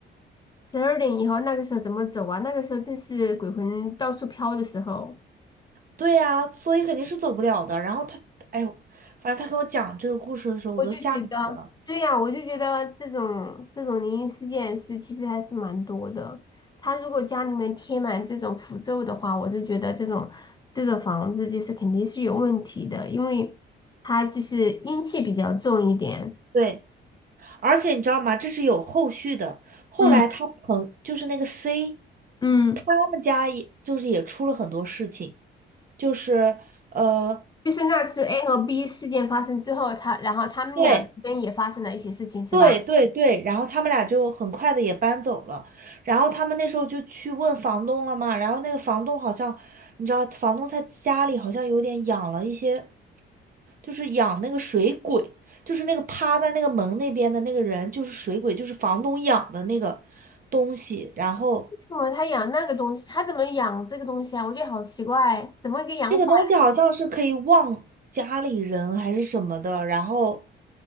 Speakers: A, on the left (about 20°); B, on the right (about 45°).
A: 十二点以后那个时候怎么走啊？那个时候正是鬼魂到处飘的时候。
B: 对呀、所以肯定是走不了的。然后他，哎呦，反正他跟我讲这个故事的时候，我都吓死了。
A: 我就觉得，对呀，我就觉得这种这种灵异事件是其实还是蛮多的。他如果家里面贴满这种符咒的话，我就觉得这种这种房子就是肯定是有问题的，因为它就是阴气比较重一点。
B: 对，而且你知道吗？这是有后续的。后来他朋就是那个
A: 嗯
B: C，
A: 嗯
B: 他们家也就是也出了很多事情，就是呃，
A: 就是那次 A 和 B 事件发生之后，他然后他们俩之间也发生了一些事情，
B: 对，
A: 是吧？
B: 对对对，然后他们俩就很快的也搬走了，然后他们那时候就去问房东了嘛，然后那个房东好像，你知道，房东他家里好像有点养了一些，就是养那个水鬼，就是那个趴在那个门那边的那个人，就是水鬼，就是房东养的那个东西，然后。
A: 为什么他养那个东西？他怎么养这个东西啊？我觉得好奇怪，怎么一个养法？
B: 这个东西好像是可以忘家里人还是什么的，然后，